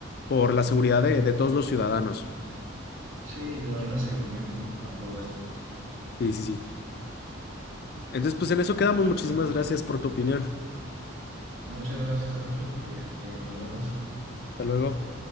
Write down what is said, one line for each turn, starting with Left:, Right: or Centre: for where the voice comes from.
Left: por la seguridad de, de todos los ciudadanos.
Right: Sí, darle seguimiento a todo esto.
Left: Sí, sí, sí. Entonces, pues en eso quedamos.
Right: Nos
Left: Muchísimas
Right: vemos.
Left: gracias por tu opinión.
Right: Muchas gracias a ti. Este, nos vemos.
Left: Hasta luego.